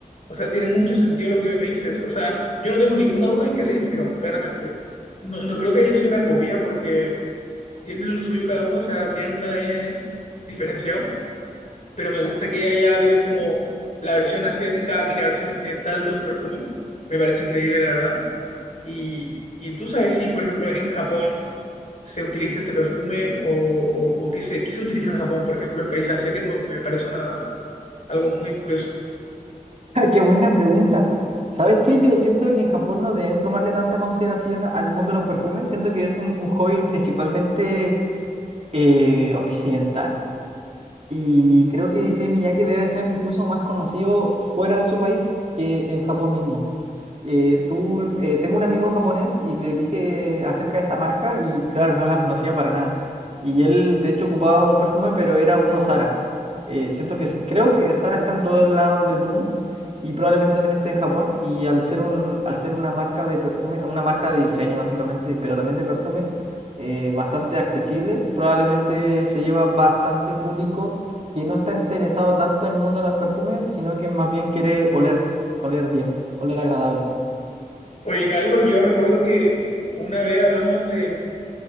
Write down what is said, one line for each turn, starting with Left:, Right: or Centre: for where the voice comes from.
Left: O sea, tiene mucho sentido lo que me dices. O sea, yo no tengo ninguna duda en que se inspiró, claramente. No, no creo que haya sido una copia porque tienen lo suyo cada uno, o sea, tienen un ADN diferenciado, pero me gusta que haya habido como la versión asiática y la versión occidental de un perfume. Me parece increíble, la verdad. Y, y tú sabes si, por ejemplo, en Japón se utiliza este perfume o, o, o qué se, qué se utiliza en Japón, por ejemplo, en países asiáticos, me, me parece una, algo muy curioso.
Right: <laughs> ¡Qué buena pregunta! ¿Sabes qué? Yo siento que en Japón no deben tomarle tanta consideración al mundo de los perfumes, siento que es un, un hobby principalmente eh, occidental, y creo que Issey Miyake debe ser incluso más conocido fuera de su país que en Japón mismo. eh, tú, eh, tengo un amigo japonés y le dije acerca de esta marca y claro, no la conocía para nada. Y él de hecho ocupaba un perfume, pero era uno Zara. Eh, siento que, s- creo que Zara está en todos lados del mundo y probablemente también esté en Japón. Y al ser un, al ser una marca de perfume, una marca de diseño básicamente, pero también de perfume, eh, bastante accesible, probablemente se lleva bastante público que no está interesado tanto en el mundo de los perfumes, sino que más bien quiere oler, oler bien, oler agradable.
Left: Oye, Carlos, yo recuerdo que una vez hablamos de